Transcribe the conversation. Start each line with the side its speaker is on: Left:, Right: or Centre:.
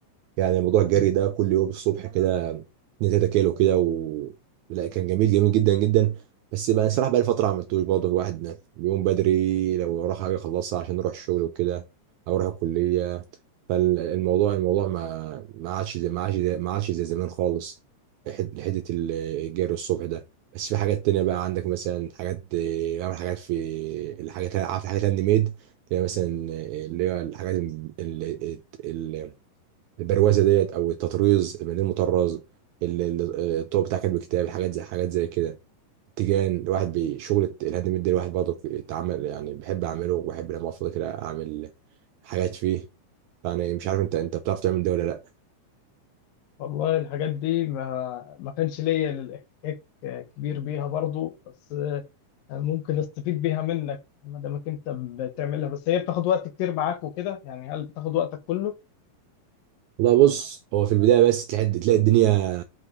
Right: يعني موضوع الجري
Left: دي
Right: ده كل يوم الصبح كده 2 3 كيلو كده و لا كان جميل جميل جدا جدا بس بقى صراحة بقى لي فترة ما عملتوش برضه الواحد بيقوم بدري لو وراه حاجة أخلصها عشان أروح الشغل وكده أو أروح الكلية فالموضوع الموضوع ما ما عادش زي ما عادش زي ما عادش زي زمان خالص حت- حتة ال- الجري الصبح ده بس في حاجات تانية بقى عندك مثلا حاجات بعمل حاجات في الحاجات عارف الحاجات الهاند ميد اللي هي مثلا اللي هي الحاجات ال- ال- البروازه ديت او التطريز البليل المطرز ال- ال- الطوب بتاع كاتب الكتاب الحاجات زي حاجات زي كده التيجان الواحد بشغل الهاند ميد ده الواحد برضه اتعمل يعني بحب اعمله وبحب لما افضل كده اعمل حاجات فيه يعني مش عارف انت انت بتعرف تعمل ده ولا لا
Left: والله الحاجات دي ما ما كانش ليا الاحتكاك كبير بيها برضو بس آه، ممكن استفيد بيها منك ما دامك انت بتعملها بس هي بتاخد وقت كتير معاك وكده يعني هل بتاخد وقتك كله؟
Right: والله بص هو في البدايه بس تلاقي تلاقي الدنيا